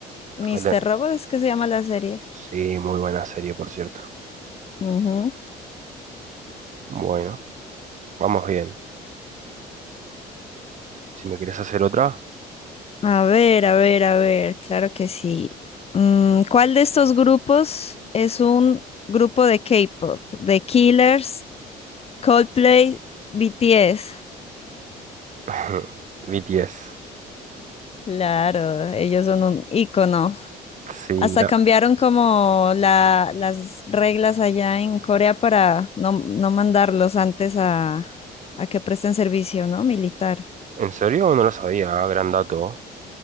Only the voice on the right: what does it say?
El de-
Sí, muy buena serie, por cierto.
Bueno. Vamos bien. Si me querés hacer otra,
<laughs> BTS.
Sí,
la-
¿En serio? No lo sabía. ah, Gran dato.